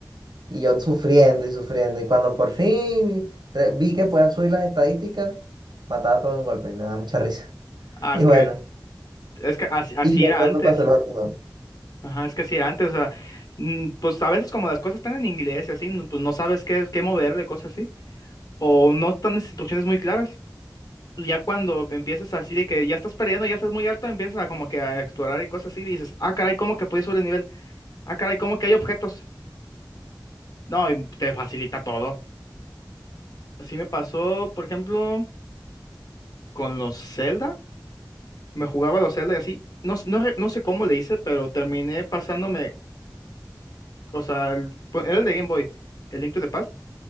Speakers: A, on the right; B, on the left.
A: y yo sufriendo y sufriendo. Y cuando por fin re- vi que podía subir las estadísticas, mataba todo de un golpe y me daba mucha risa. <laughs>
B: Ah,
A: Y
B: es que,
A: bueno,
B: es que así así
A: y después
B: era antes.
A: me pasé los otros dos.
B: Ajá, es que sí, antes, o sea, mm, pues a veces como las cosas están en inglés y así, no- pues no sabes qué, qué moverle, cosas así, o no están las instrucciones muy claras. Y Ya cuando empiezas así de que ya estás perdiendo, ya estás muy alto, empiezas a como que a explorar y cosas así, y dices, ah, caray, ¿cómo que pude subir el nivel? Ah, caray, ¿cómo que hay objetos? No, y te facilita todo. Así me pasó, por ejemplo, con los Zelda, me jugaba los Zelda y así, no, s- no, re- no sé cómo le hice, pero terminé pasándome, o sea, el- era el de Game Boy, el Link to the Past